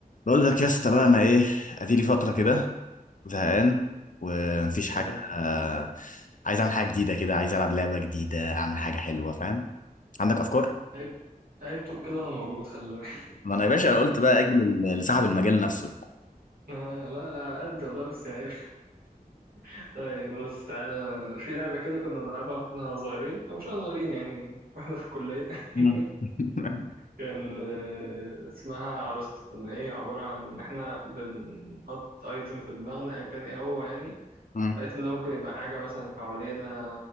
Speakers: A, on the left; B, on the right.
A: بقول لك يا اسطى بقى انا ايه ادي لي فتره كده زهقان ومفيش
B: آه.
A: حاجه آه، عايز اعمل حاجه جديده كده عايز العب لعبه جديده اعمل حاجه حلوه فاهم عندك افكار
B: عيب عيب طول كده انا موجود خلي بالك
A: ما انا يا باشا قلت بقى اجي لل- لصاحب المجال نفسه
B: <laughs> آه، لا لا على قد والله بس يعني عيب <laughs> طيب بص تعالى في لعبة كده كنا بنلعبها واحنا صغيرين او مش صغيرين يعني واحنا في الكلية <laughs>
A: مم. <laughs>
B: كان آه، اسمها عروست كنا ايه عبارة عن ان احنا بنحط ايتم في دماغنا ان كان ايه هو يعني
A: مم.
B: الايتم ده ممكن يبقى حاجة مثلا حوالينا